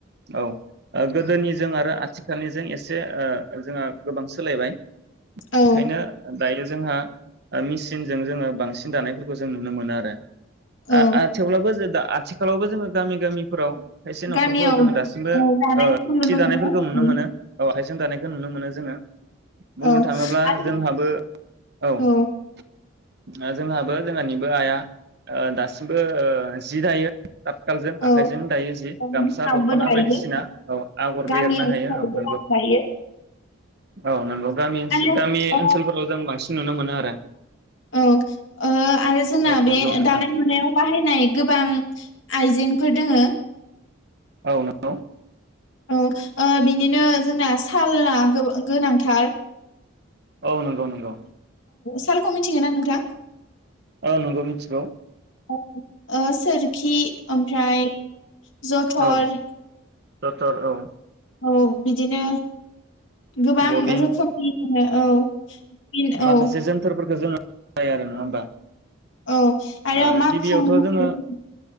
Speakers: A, on the right; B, on the left.
A: औ ओ गोदोनि जों आरो आथिख सिगांनिजों एसे ओ जोंहा गोबां सोलायबाय
B: औ
A: बेखायनो ओ दायो जोंहा ओ मेसिनजों जोङो बांसिन दानायफोरखौ जों नुनो मोनो आरो।
B: औ
A: आ-आ थेवब्लाबो जों दा आथ थिखालावबो जोङो गामि गामिफोराव खायसे नखरफोराव
B: गामियाव
A: जोङो दासिमबो
B: औ दानायखौ
A: ओ
B: नुनो
A: सि दानायफोरखौ
B: मोनो औ
A: नुनो मोनो औ आखायजों दानायखौ नुनो मोनो जोङो बुंनो
B: औ
A: थाङोब्ला
B: आरो
A: जोंहाबो औ
B: औ
A: जोंहाबो जों हानिबो आइआ ओ दासिमबो ओ जि दायो थादखालजों
B: औ
A: आखाइजों दायो जि
B: जोंनावबो
A: गामसा दख'ना
B: दायो
A: बायदिसिना औ आगर
B: गामियाव
A: बो एरनो
B: जोंनाबो
A: हायो औ
B: गोबां
A: नोंगौ
B: दायो
A: औ नोंगौ गामि ओनसोल
B: आरो
A: गामि
B: ओ
A: ओनसोलफोराव जों बांसि नुनो मोनो आरो
B: औ ओ आरो जोंना
A: औ
B: बे
A: नंगौ नोंथां
B: दानाय लुनायाव बाहायनाय गोबां आइजें फोर दोङो
A: औ नोंगौ
B: औ ओ बिनिनो जोंना साला गोबा-गोनांथार
A: औ नोंगौ नोंगौ
B: सालखौ मिथियोना नोंथां?
A: औ नोंगौ मिथि गौ
B: <inaudible> ओ सोर खि ओमफ्राय जथर
A: औ जथर औ
B: औ बिदिनो गोबां
A: बबिन
B: रोखोमनि दोङो औ फिन
A: माखासे
B: औ
A: जोनथोरफोरखौ जोङो जायो आरो नङा होमबा?
B: औ आरो
A: ओ
B: माखु
A: गिबियावथ'
B: <unintelligible>
A: जोङो